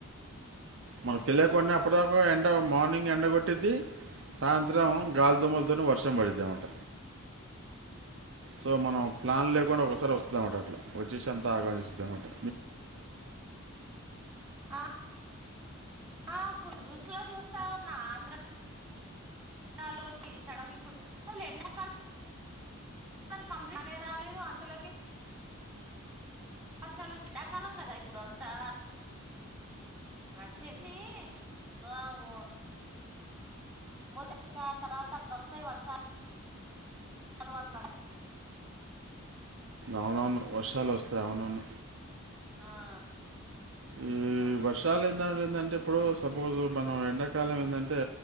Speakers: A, on the right; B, in the centre.
A: మనకు తెలియకుండా అప్పటిదాకా ఎండ మార్నింగ్ ఎండ కొట్టిద్ది సాయంత్రం సాయంత్రం గాల్ దోమలు వర్షం పడిద్దనమాట సో మనం ప్లాన్ లేకుండా ఒక్కోసారి వస్తుంది అనమాట అట్లా వచ్చేసి అంత ఆగంచేస్తుంది టమాటా
B: ఆ ఆ న్యూస్ లో చూస్తా ఉన్నా ఆంధ్రలో సడంగ్ ఇప్పుడు అసలు ఎండాకాలం కాలం కంప్లీట్ అనే రాలేదు అంతలోకి ఆశాలు చ ఎండాకాలం కదా ఇప్పుడు అంతా నడిచి ని ఆ ఓ మూడు కతిక తర్వాత అట్ల వస్తాయి వర్షాలు చాల అట్లా
A: అవునవును వర్షాలు వస్తాయి అవునవును
B: ఆ
A: ఈ
B: ఆ
A: వర్షాలేంటంటందంటే ఇప్పుడు సపోజు పవు ఎండకాలం ఎంద అంటే